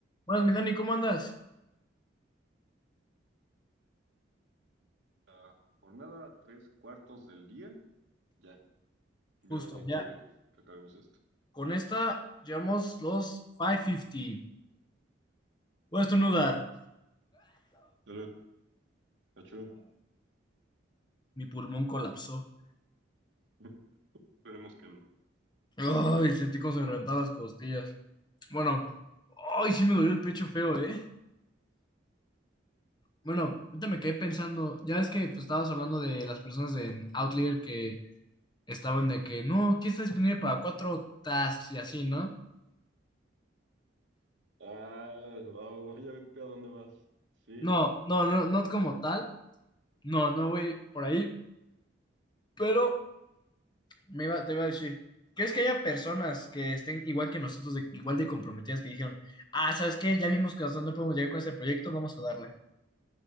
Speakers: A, on the left (about 25°); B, on the right (about 70°).
A: Buenas, mi Dani, ¿cómo andas?
B: La jornada tres cuartos del día, ya veo
A: Justo,
B: tangible
A: ya.
B: que, que acabemos esto.
A: Con esta llevamos los 550. Voy a estornudar.
B: Salud, Nacho.
A: Mi pulmón colapsó.
B: <laughs> Esperemos que no.
A: Ay, sentí como se me reventaban las costillas. Bueno, ay, sí me dolió el pecho feo, ¿eh? Bueno, ahorita me quedé pensando. Ya es que pues, estabas hablando de las personas de Outlier que estaban de que no, aquí está disponible para cuatro tasks y así, ¿no?
B: Ah, va- vaya, ¿a dónde vas? Sí.
A: No, no, no, no como tal. No, no voy por ahí. Pero Me iba, te iba a decir, ¿crees que haya personas que estén igual que nosotros, de, igual de comprometidas, que dijeron, ah, ¿sabes qué? Ya vimos que hasta dónde podemos llegar con este proyecto, vamos a darle.